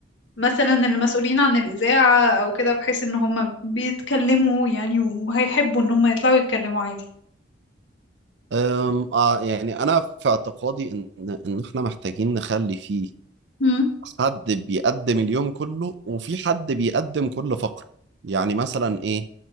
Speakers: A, on the left; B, on the right.
A: مثلا المسؤولين عن الإذاعة او كده بحيث ان هم بيتكلموا يعني وهيحبوا ان هم يطلعوا يتكلموا عادي
B: أم آه يعني أنا في اعتقادي إن إن احنا محتاجين نخلي فيه
A: مم.
B: حد بيقدم اليوم كله وفي حد بيقدم كل فقرة يعني مثلا ايه